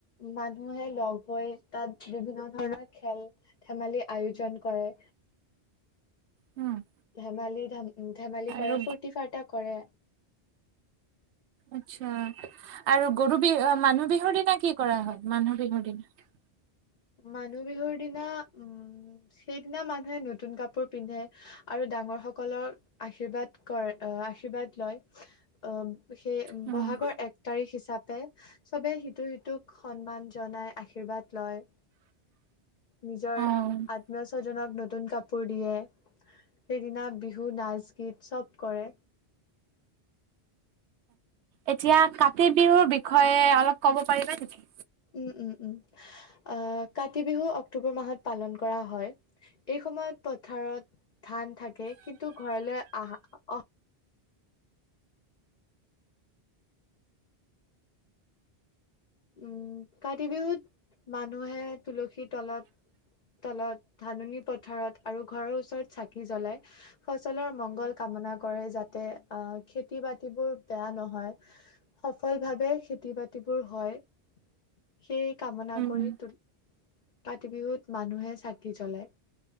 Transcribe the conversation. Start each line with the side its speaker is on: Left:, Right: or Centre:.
Left: মানুহে লগ হৈ তাত বিভিন্ন ধৰণৰ খেল ধেমালি আয়োজন কৰে।
Right: উম
Left: ধেমালি ধাম ধেমালি
Right: আৰু
Left: কৰা ফুৰৰ্তি-ফাৰটা কৰে।
Right: আচ্ছা আৰু গৰু বিহু মানুহ বিহুৰ দিনা কি কৰা হয় মানুহ বিহুৰ দিনা?
Left: মানুহ বিহুৰ দিনা উম সেইদিনা মানুহে নতুন কাপোৰ পিন্ধে আৰু ডাঙৰ সকলৰ আশীৰ্বাদ কৰে আহ আশীৰ্বাদ লয় আহ- সেই
Right: অ',
Left: বহাগৰ এক তাৰিখ হিচাপ টে চবে সিটো সিটোক সন্মান জনাই আশীৰ্বাদ লয় নিজৰ
Right: অ',
Left: আত্মীয় স্বজনক নতুন কাপোৰ দিয়ে সেইদিনা বিহু নাচ গীত চব কৰে।
Right: এতিয়া কাতি বিহুৰ বিষয়ে অলপ ক'ব পাৰিবা নেকি?
Left: উম উম উম আহ কাতি বিহু অক্টোবৰ মাহত পালন কৰা হয়। এই সময়ত পথাৰত ধান থাকে কিন্তু ঘৰলৈ আহা আহা উম কাতি বিহুত মানুহে তুলসীৰ তলত তলত ধাননি পথাৰত আৰু ঘৰৰ ওচৰত চাকি জ্বলাই ফচলৰ মংগল কামনা কৰে। যাতে আহ খেতি বাতিবোৰ বেয়া নহয় সফল ভাৱে খেতি বাতিবোৰ হয়। সেই কামনা
Right: উম,
Left: কৰি ত কাতি বিহুত মানুহে চাকি জ্বলায়